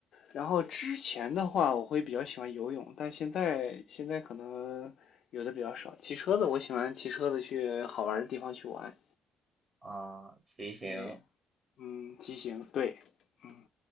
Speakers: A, on the left; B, on the right.
A: 然后之前的话，我会比较喜欢游泳，但现在现在可能游的比较少。骑车子，我喜欢骑车子去好玩儿的地方去玩。
B: 啊，骑行。
A: 对，嗯，骑行，对，嗯。